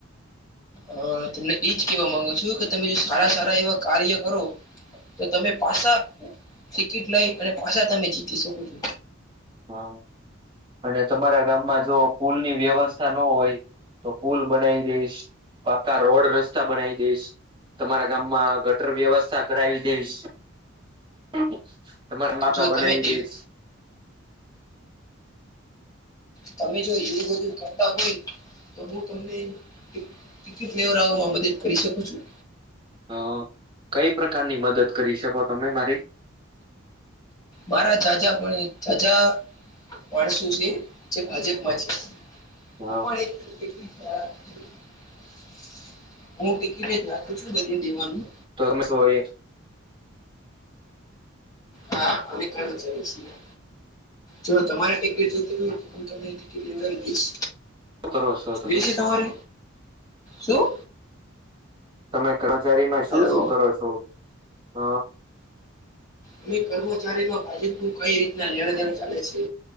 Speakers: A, on the left; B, on the right.
A: હ તમને એજ કેવા માંગુ છું કે તમે જો સારા સારા એવા કાર્ય કરો તો તમે પાછા ટિકિટ લઈ અને પાછા તમે જીતી શકો છો
B: હા અને તમારા ગામમાં જો પુલ ની વ્યવસ્થા ન હોય તો પુલ બનાવી જઈશ પાકા રોડ રસ્તા બનાવી દઈશ તમારા ગામમાં ગટર વ્યવસ્થા કરાવી દઈશ <unintelligible> તમારા નાકા
A: જો
B: બનાવી
A: તમે એવું
B: દઈશ
A: તમે જો એવું બધું કરતા હોય તો હું તમને <unintelligible> <unintelligible> ફ્લેવર આવવામાં મદદ કરી શકો છું
B: અ કઈ પ્રકારની મદદ કરી શકો તમે મારી
A: મારા જાઝા જાજા માણસો છે જે ભાજપમાં છે
B: હ
A: હું પણ એક <unintelligible> હું ટીકિટ જ રાખું છું બધી દેવાનું.
B: તોમે હોય <unintelligible>
A: હા અમે કર્મચારી છી એ જો તમારે ટી કિટ
B: શું
A: જો હોય હું તમને ટિકિટ લેવડાવી દઈશ,
B: કરો છો
A: જોઇ
B: તમે
A: છે તમારે શું?
B: તમે કર્મચારીમાં શું
A: હલો
B: શું કરો છો? હ
A: અમે કર્મચારીમાં ભાજપ નુ કઈ રીતના લેણદેણ ચાલે છે.